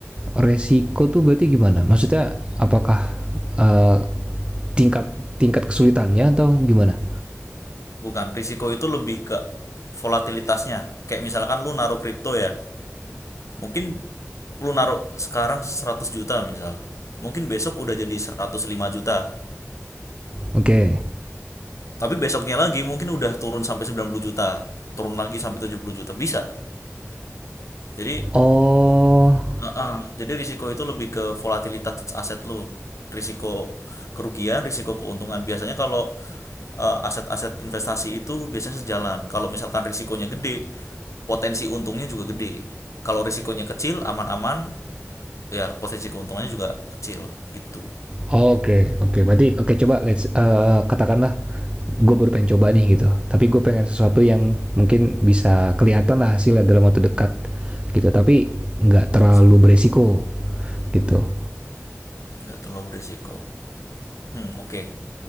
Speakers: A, on the right; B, on the left.
A: resiko tuh berarti gimana? Maksudnya apakah eh, tingkat tingkat kesulitannya atau gimana?
B: Bukan, risiko itu lebih ke volatilitasnya. Kayak misalkan lu naruh kripto ya, Mungkin lu naruh sekarang 100 juta misal. Mungkin besok udah jadi 105 juta.
A: Oke. Okay.
B: Tapi besoknya lagi mungkin udah turun sampai 90 juta. Turun lagi sampai 70 juta. Bisa. Jadi
A: Oh,
B: uh-uh. jadi risiko itu lebih ke volatilitas aset lu. Risiko kerugian, risiko keuntungan. Biasanya kalau eh, aset-aset uh, investasi itu biasanya sejalan. Kalau misalkan risikonya gede, potensi untungnya juga gede. Kalau risikonya kecil, aman-aman, ya potensi keuntungannya juga kecil gitu.
A: Oh, oke okay. oke Okay. berarti oke okay, coba let's eee, katakanlah gue baru pengen coba nih gitu tapi gue pengen sesuatu yang mungkin bisa kelihatan lah hasilnya dalam waktu dekat gitu tapi nggak terlalu
B: hasilnya
A: beresiko gitu
B: nggak terlalu beresiko hmm oke Okay.